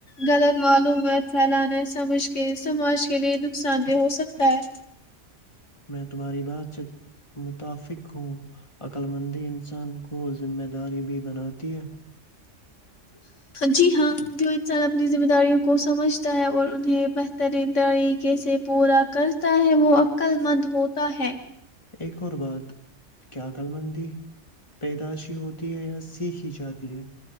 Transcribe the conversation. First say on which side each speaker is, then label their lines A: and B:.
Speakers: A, on the left (about 75°); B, on the left (about 25°).
A: غلط معلومات پھیلانا سمجھ کے سماج کے لئے نقصان دہ ہو سکتا ہے
B: میں تمہاری بات سے متفق ہوں عقللمندی انسان کو ذمہ داری بھی بناتی ہے
A: جی ہاں جو انسان اپنی ذمہ داریوں کو سمجھتا ہے اور انہیں بہترین طریقے سے پورا کرتا ہے وہ عقل مند ہوتا ہے
B: ایک اور بات کیا عقلمندی پیدائشی ہوتی ہے یا سیکھی جاتی ہے